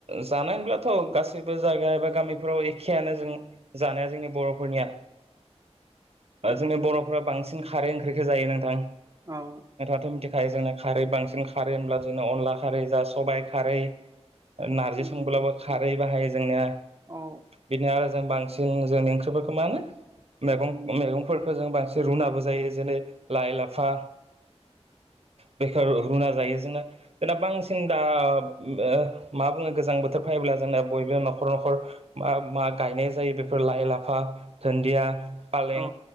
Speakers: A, on the right; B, on the right.
A: जानायहोनब्लाथ' गासैबो जायगा एबा गामिफ्राव एखेयानो जों जानाया जोंनि बर'फोरनिया
B: नंगौ
A: जोंनि बर'फोरा बांसिन खारै ओंख्रिखौ जायो नोंथां
B: औ
A: नोंथाङाथ' मिथिखायो जोंना खारै बांसिन खारै होनब्ला जोंनो अनला खारै जा सबाय खारै नारजि
B: नंगौ
A: संब्लाबो खारै बाहायो जोंनिया
B: औ
A: बिदिनो आरो जों बांसिन जोंनि ओंख्रिफोरखौ मा होनो मैगं मैगंफोरखौ जों बांसिन रुनाबो जायो जेरै लाइ लाफा बेखौ रुना जायो जोंना जोंना बांसिन दा ओ मा बुङो गोजां बोथोर फायोब्ला जोंना बयबो न'खर न'खर मा मा गायनाय जायो बेफोर लाइ लाफा दुन्दिया फालें
B: औ